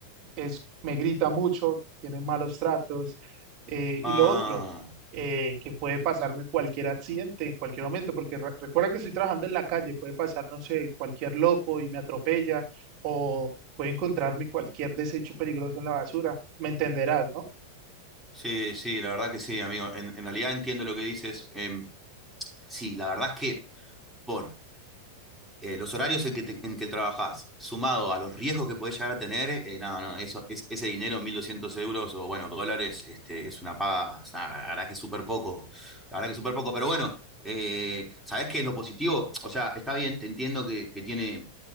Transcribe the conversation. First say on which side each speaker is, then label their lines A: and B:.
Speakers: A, on the right; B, in the centre.
A: es, me grita mucho, tiene malos tratos. eh,
B: Ah,
A: y lo otro, eh, que puede pasarme cualquier accidente en cualquier momento, porque re- recuerda que estoy trabajando en la calle, puede pasar, no sé, cualquier loco y me atropella o puede encontrarme cualquier desecho peligroso en la basura. Me entenderás, ¿no?
B: sí, sí, la verdad que sí, amigo. En, en realidad entiendo lo que dices. Em, sí, la verdad es que por eh, los horarios en que, te- en que trabajás, sumado a los riesgos que podés llegar a tener, eh, no, no, eso, es, ese dinero, 1.200 euros o, bueno, dólares, este, es una paga, o sea, la verdad que es súper poco, la verdad que es súper poco, pero bueno, eh, ¿sabés qué es lo positivo? O sea, está bien, te entiendo que, que tiene,